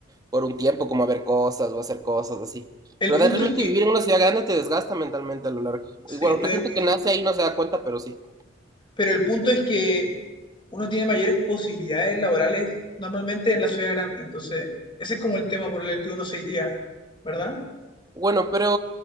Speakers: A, on the right; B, on the left.
A: por un tiempo, como a ver cosas o hacer cosas así.
B: El
A: Pero
B: punto
A: de realmente
B: es que,
A: vivir en una ciudad grande te desgasta mentalmente a lo largo.
B: sí,
A: Igual,
B: estoy
A: la gente
B: de acuerdo,
A: que nace ahí no se da cuenta, pero sí.
B: pero el punto es que uno tiene mayores posibilidades laborales normalmente en la ciudad grande, entonces ese es como el tema por el que uno se iría, ¿verdad?
A: Bueno, pero